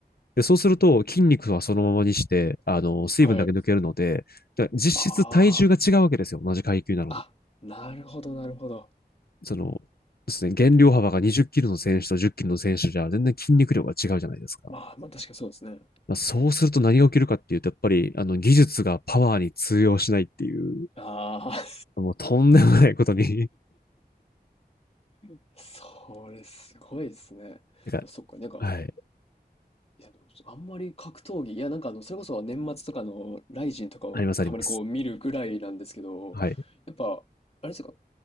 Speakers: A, on the left; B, on the left.
A: で、そうすると筋肉はそのままにして、あの、水分だけ抜けるので、
B: はい。
A: だから実質体重が違うわけですよ、
B: ああ。
A: 同じ階級なのに。
B: あ、なるほどなるほど。
A: その、ですね、減量幅が20キロの選手と10キロの選手じゃ全然筋肉量が違うじゃないですか。
B: まあ、ま、あ確かにそうですね。
A: まあ、そうすると何が起きるかっていうと、やっぱりあの技術がパワーに通用しないっていう、
B: ああ、
A: もうとんでもないことに
B: <laughs> それすごいですね。でもそっか、
A: <laughs> なんか、
B: なんか、
A: はい、
B: いや、でも、あんまり格闘技、いや、なんか、あの、それこそ年末とかのライジンとかをたまにこう見るぐらいなんですけど、
A: ありますあります。はい。
B: やっぱ、あれですか、